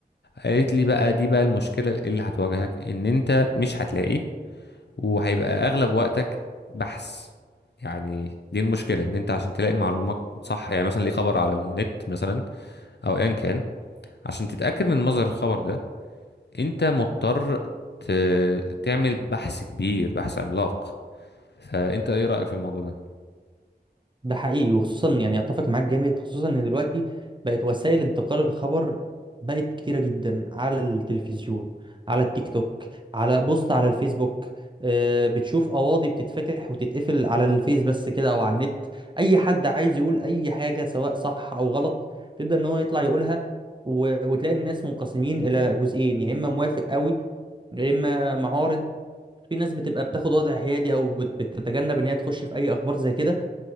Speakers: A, on the left; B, on the right.
A: قالت لي بقى دي بقى المشكله اللي هتواجهك ان انت مش هتلاقي وهيبقى اغلب وقتك بحث يعني دي المشكله ان انت عشان تلاقي معلومه صح يعني مثلا ليه خبر على النت مثلا او ايا كان عشان تتأكد من مصدر الخبر ده انت مضطر ت... تعمل بحث كبير بحث عملاق فانت ايه رأيك في الموضوع ده
B: ده حقيقي وخصوصا يعني اتفق معاك جامد خصوصا ان دلوقتي بقت وسائل انتقال الخبر بقت كتيره جدا على التلفزيون على التيك توك على بوست على الفيسبوك آه، بتشوف قواضي بتتفتح وتتقفل على الفيس بس كده او على النت اي حد عايز يقول اي حاجه سواء صح او غلط تبدا ان هو يطلع يقولها و- وتلاقي الناس منقسمين الى جزئين يا اما موافق قوي يا اما معارض في ناس بتبقى بتاخد وضع حيادي او بت- بتتجنب ان هي تخش في اي اخبار زي كده